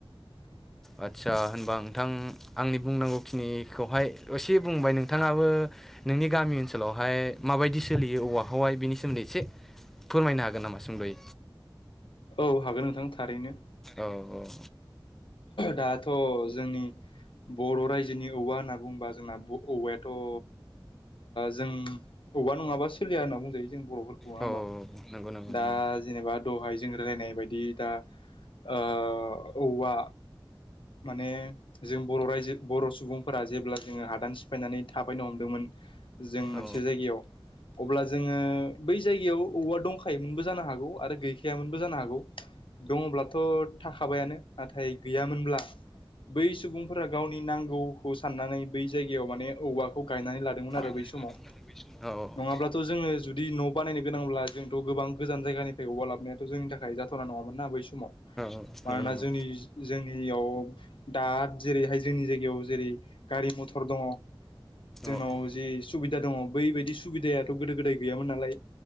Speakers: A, on the left; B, in the centre.
A: <unintelligible>
B: आदसा होनबा नोंथां आंनि बुंनांगौखिनिखौहाय एसे बुंबाय नोंथाङाबो नोंनि गामि ओनसोलावहाय माबायदि सोलियो औवाखौहाय बिनि सोमोन्दै एसे फोरमायनो हागोन नामा सुंदयै
A: औ हागोन नोंथां थारैनो।
B: औ औ।
A: दाथ' जोंनि बर' रायजोनि औवा होनना बुंबा जोंना ब' औवायाथ' ओ जों औवा नङाबा सोलिया होनना बुंजायो जों बर'फोरखौ नङा
B: औ
A: होमबा?
B: नंगौ नंगौ
A: दा
B: नंगौ
A: जेनेबा दहाय जों रायलायनाय बायदि दा ओ औवा माने जों बर' रायजो बर' सुबुंफोरा जेब्ला जोङो हादान सिफायनानै थाफैनो हमदोंमोन जों मोनसे
B: औ
A: जायगायाव अ अब्ला जोङो बै जायगायाव औवा दंखायोमोनबो जानो हागौ आरो गैखायामोनबो जानो हागौ। दङ'ब्लाथ' थाखाबायानो नाथाय गैयामोनब्ला बै सुबुंफोरा गावनि नांगौ खौ साननानै बै जायगायाव माने औवाखौ गायनानै लादोंमोन आरो।
B: नानै
A: बै समाव
B: लादोंमोन आरो बै समाव औ।
A: नङाब्लाथ' जोङो जुदि न' बानायनो गोनांब्ला जोंथ' गोबां गोजान जायगानिफ्राय औवा लाबोनायाथ' जोंनि थाखाय जाथावना नङामोन मोन ना बै समाव।
B: औ
A: मानोना
B: नंगौ नंगौ
A: जोंनि-जोंनियाव दा जेरैहाय जोंनि जायगायाव जेरै गारि मथर दङ'। जोंनाव
B: औ
A: जि सुबिदा दङ' बैबायदि सुबिदायाथ' गोदो गोदाय गैयामोन नालाय।